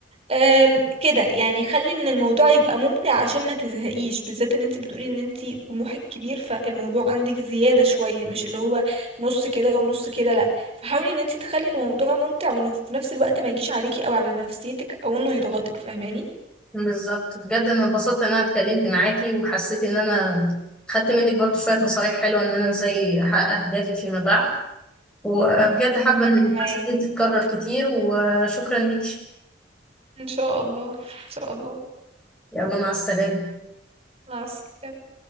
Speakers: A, on the right; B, in the centre.
A: أم كده يعني خلي ان الموضوع يبقى ممتع عشان ما تزهقيش بالذات ان انت بتقولي ان انت طموحك كبير فالموضوع عندك زيادة شوية مش اللي هو نص كده ونص كده لا فحاولي ان انت تخلي الموضوع ممتع وانه في نفس الوقت ما يجيش عليكي او على نفسيتك او انه يضغطك فاهماني
B: بالظبط بجد انا اتبسطت ان انا اتكلمت معاكي وحسيت ان انا خدت منك برضو شوية نصايح حلوة ان انا ازاي احقق اهدافي فيما بعد وبجد حابة
A: وانا
B: ان
A: كمان
B: المحادثة دي تتكرر كتير وشكرا ليكي
A: إن شاء الله إن شاء الله
B: يلا مع السلامة
A: مع السلامة